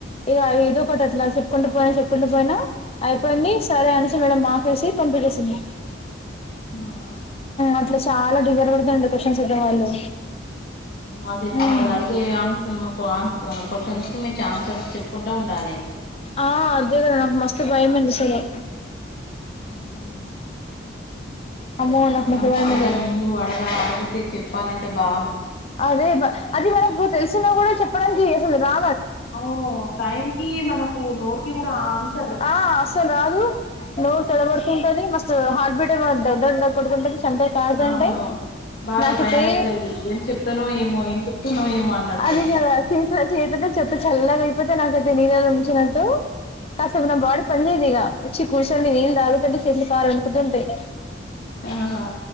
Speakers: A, on the left; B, on the left.
A: ఇది ఏదో ఒకటి అట్లా చెప్పుకుంటూ పోయి చె కుం పోయినా అయిపోయింది సరే అనే మేడం మాపేసి కం ఉ
B: ఆ
A: అట్లా చాలా డిగ్గర పడుతుడి క్వశ్చన్స్ ఇద్ద వాళ్ళు
B: వాళ్ళు చెప్పిన
A: మ్మ్
B: వాళ్ళు అడిగే ఆన్సర్ మాకు క్వశ్చన్ మీరు చఛామ్సర్ చెప్పుకుంటా ఉండాలి
A: ఆ అదే కదా నాకు మస్తు భయంమనిసలే
B: ఉహ్
A: అమ్మో నాకు
B: ఆయిన
A: మస్తు భయమేంది
B: అందరు
A: ఇగ
B: ముందు అడగా అడుగుతే చెప్పాలంటే బా
A: అదే అది మనకు తెలిసిన కూడా చెప్పడానికి అసలు రా
B: అవు టైం కి మనకు నోరు కి కూడా ఆన్స
A: ఆ అసలు రాదు నోర్ తెడబర్తుంతది మస్ హార్ట్ బటే మ దొ ద ద్ కొడుకుంటంది సంటయి తాజంటయి
B: అవును బాగా
A: నాటుతే
B: భయం అయితది ఏం చెప్తానో ఏమో ఏం చెప్తానో ఏమో అన్నట్టు
A: అదిలా సట్ల చేతతే చెప్తే చల్లగా అయిపోతే నాకైతే నీళ్ళలో ఉంచినట్టు కాస్తపు నా బాడీ పనిచేదు ఇక వచ్చి కూర్చొని నీళ్ళు తాగుతుంటే చేతులు కాలు వంకుతుంటాయి
B: ఆహా